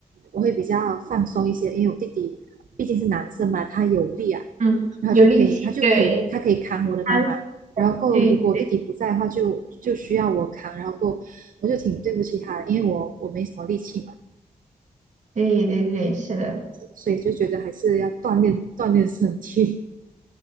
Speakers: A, on the right; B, on the right.
A: 我会比较放松一些，因为我弟弟毕竟是男生嘛，他有力啊，
B: 嗯，
A: 然后就可以他就可以他可以扛我的妈妈。
B: 有力气，对，他，
A: 然后够，
B: 嗯，对对
A: 如果我弟弟不在的话就，就需要我扛。然后够，我就挺对不起他的，因为我我没什么力气嘛。
B: 对对对对，是的。
A: 所以就觉得还是要锻炼 <laughs> 锻炼身体。